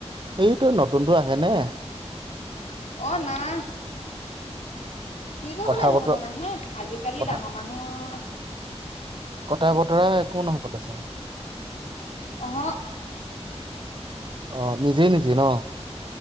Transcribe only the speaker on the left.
অ', নাইহ। কি কৰিবলে
আহিবনো
নাহেহ। আজিকালি
ডাঙৰ মানুহৰ।
অহ, অ'।